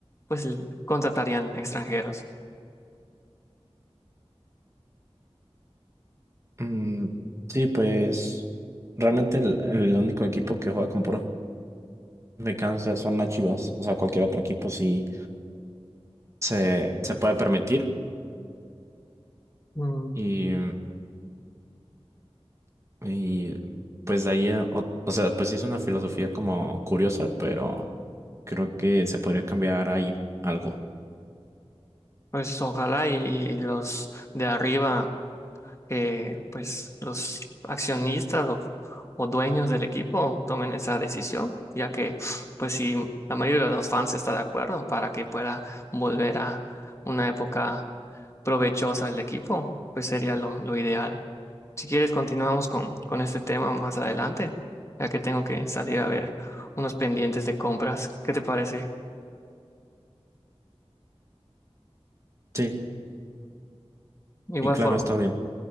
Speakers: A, on the left; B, on the right.
A: pues contratarían extranjeros.
B: mm, sí, pues realmente el, el único equipo que juega con puro cáncer son las Chivas. O sea, cualquier otro equipo sí se, se puede permitir.
A: Mm,
B: Y, y pues de ahí, eh, o, o sea, pues sí es una filosofía como curiosa, pero creo que se podría cambiar ahí algo.
A: Pues ojalá y los de arriba. que pues los accionistas o, o dueños del equipo tomen esa decisión, ya que pues si la mayoría de los fans está de acuerdo para que pueda volver a una época provechosa del equipo, pues sería lo, lo ideal. Si quieres, continuamos con, con este tema más adelante, ya que tengo que salir a ver unos pendientes de compras. ¿Qué te parece?
B: Sí,
A: De Igual
B: y claro,
A: forma,
B: está bien,